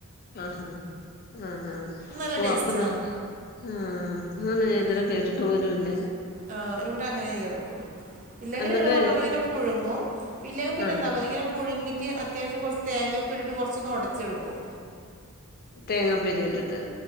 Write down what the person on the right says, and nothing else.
നല്ല
ടേസ്റ്റാണ്
ആഹ് ഇവടെ അങ്ങനെ ചെയ്തെടുക്കും ഇല്ലെങ്കിൽ
നിങ്ങള് പറഞ്ഞ പോലിങ്ങനെ പുഴുങ്ങും ഇല്ലെങ്കി പിന്നെ
എന്താക്ക ഇങ്ങനെ പുഴുങ്ങിട്ട് അത്യാവശ്യം കൊറച്ച് തേങ്ങയൊക്കെ ഇട്ട്ട്ട് കൊറച്ചൊന്ന് ഒടച്ചെടുക്കും